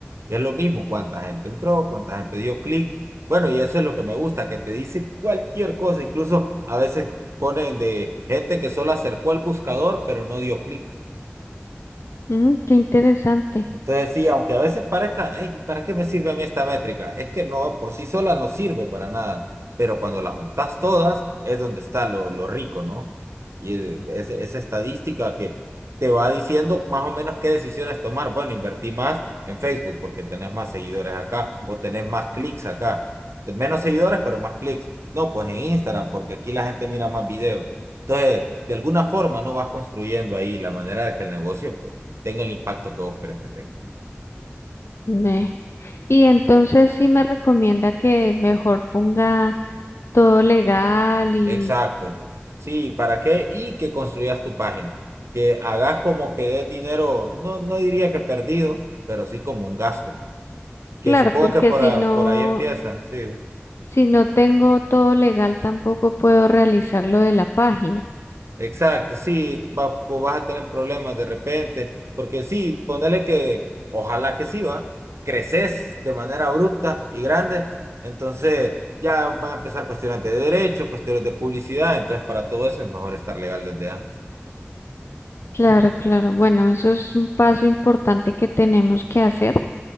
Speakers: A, on the right; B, on the left.
A: Y es lo mismo, cuánta gente entró, cuánta gente dio clic. Bueno, y eso es lo que me gusta, que te dice cualquier cosa, incluso a veces ponen de gente que solo acercó el buscador, pero no dio clic.
B: Mm, qué interesante.
A: Entonces, sí, aunque a veces parezca, "Ey, ¿para qué me sirve a mí esta métrica? Es que no, por sí sola no sirve para nada, pero cuando las juntas todas es donde está lo, lo rico, ¿no? Y eh, es- esa estadística que te va diciendo más o menos qué decisiones tomar. Bueno, invertí más en Facebook porque tenés más seguidores acá o tenés más clics acá. Menos seguidores, pero más clics. No, pues en Instagram porque aquí la gente mira más videos. Entonces, de alguna forma, ¿no? Vas construyendo ahí la manera de que el negocio, pues tenga el impacto que vos querés que tenga.
B: Ve. Y entonces sí me recomienda que mejor ponga todo legal y
A: Exacto. Sí, ¿para qué? Y que construyas tu página. Que hagas como que es dinero, no, no diría que perdido, pero sí como un gasto. Que
B: claro,
A: supongo
B: porque
A: que por,
B: si
A: a-
B: no,
A: por ahí empieza, sí.
B: si no tengo todo legal tampoco puedo realizar lo de la página.
A: Exacto, sí, va- pues vas a tener problemas de repente, porque sí, ponele que, ojalá que sí, va, creces de manera abrupta y grande, entonces ya van a empezar cuestiones de derechos, cuestiones de publicidad, entonces para todo eso es mejor estar legal desde antes.
B: Claro, claro. Bueno, eso es un paso importante que tenemos que hacer.